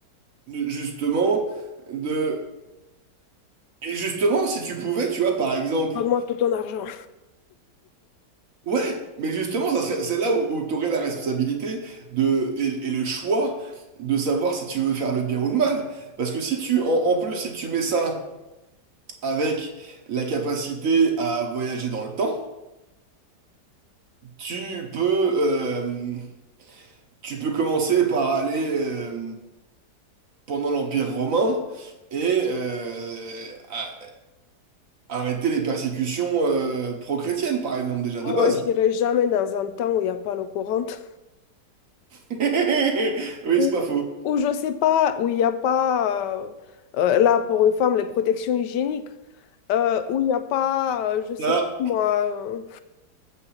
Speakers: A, on the right; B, on the left.
A: de- justement, de... Et justement, si tu pouvais, tu vois, par exemple,
B: Donne-moi tout ton argent.
A: Ouais, mais justement, ça serait, c'est là où, tu aurais la responsabilité de, et, et le choix de savoir si tu veux faire le bien ou le mal. Parce que si tu, en, en plus, si tu mets ça avec la capacité à voyager dans le temps, tu peux, euh, tu peux commencer par aller euh, pendant l'Empire romain et euh, a- arrêter les persécutions euh, pro-chrétiennes, par exemple, déjà
B: <laughs>
A: de
B: Moi,
A: base.
B: j'irai jamais dans un temps où il n'y a pas l'eau courante,
A: <laughs> Oui,
B: ou
A: c'est pas faux.
B: ou je sais pas, où il n'y a pas, euh, euh, là pour une femme, les protections hygiéniques, euh, où il n'y a pas, euh, je sais
A: Ça,
B: pas moi. euh,